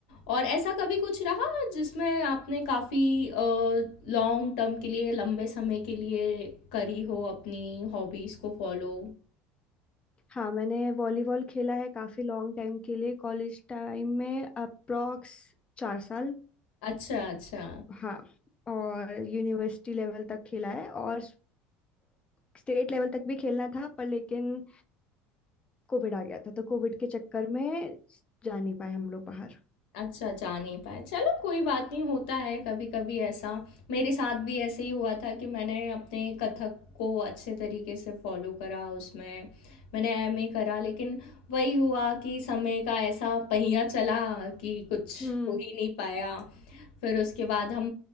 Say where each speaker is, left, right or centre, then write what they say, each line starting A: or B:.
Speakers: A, on the left; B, on the left.
A: और ऐसा कभी कुछ रहा जिसमें आपने काफ़ी लॉन्ग टर्म के लिए लंबे समय के लिए करी हो अपनी हॉबीज़ को फॉलो
B: हाँ मैंने वॉलीबॉल खेला है काफी लॉन्ग टाइम के लिए कॉलेज टाइम में अप्रॉक्स चार साल
A: अच्छा अच्छा
B: हाँ और यूनिवर्सिटी लेवल तक खेला है और स्टेट लेवल तक भी खेलना था पर लेकिन कोविड आ गया था तो कोविड के चक्कर में जा नहीं पाए हम लोग बाहर
A: अच्छा, जा नहीं पाए। चलो कोई बात नहीं, होता है कभी-कभी ऐसा। मेरे साथ भी ऐसे ही हुआ था कि मैंने अपने कथक को अच्छे तरीके से फ़ॉलो करा उसमें, मैंने एमए करा लेकिन वही हुआ कि समय का ऐसा पहिया चला कि कुछ
B: हम्म
A: हो ही नहीं पाया। फिर उसके बाद हम